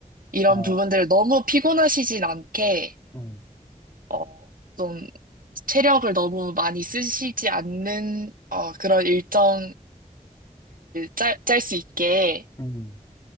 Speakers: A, on the right; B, on the left.
A: 이런
B: 어,
A: 부분들 너무 피곤하시진 않게
B: 음,
A: 어, 좀 체력을 너무 많이 쓰시지 않는 어, 그런 일정을 짤, 짤 수 있게
B: 음,